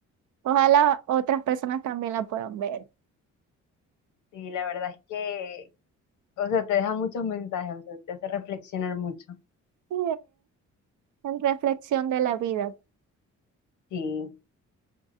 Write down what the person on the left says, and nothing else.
Sí, la verdad es que, o sea, te deja muchos mensajes, o sea, te hace reflexionar mucho.
Sí.